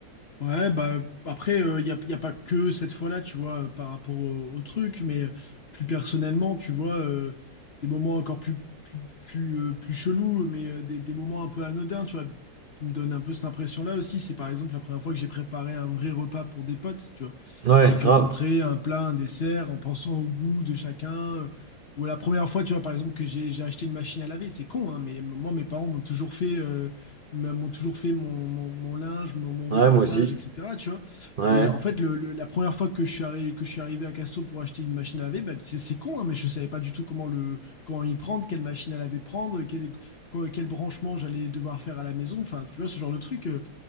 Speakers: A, on the left; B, on the right.
A: Ouais, bah après, il n'y a, y a pas que cette fois-là, tu vois, euh, par rapport au, au truc, mais euh, plus personnellement, tu vois, euh, des moments encore plus, plus, plus, euh, plus chelous, mais euh, des, des moments un peu anodins, tu vois, qui me donnent un peu cette impression-là aussi. C'est par exemple la première fois que j'ai préparé un vrai repas pour des potes, tu vois,
B: Ouais,
A: avec
B: grave.
A: un entrée, un plat, un dessert, en pensant au goût de chacun. euh, Ou la première fois, tu vois, par exemple, que j'ai j'ai acheté une machine à laver, c'est con, hein, mais moi, mes parents m'ont toujours fait euh, me- m'ont toujours fait mon, mon- mon linge, mon, mon
B: Ouais,
A: repassage,
B: moi aussi.
A: etc. Tu vois.
B: Ouais,
A: Et en fait, le- le- la première fois que je suis arrivé, que je suis arrivé à Casto pour acheter une machine à laver, bah, c'est c'est con, hein, mais je savais pas du tout comment, le, comment y prendre, quelle machine à laver prendre, quel, quoi- quel branchement j'allais devoir faire à la maison. Enfin, tu vois, ce genre de truc. euh,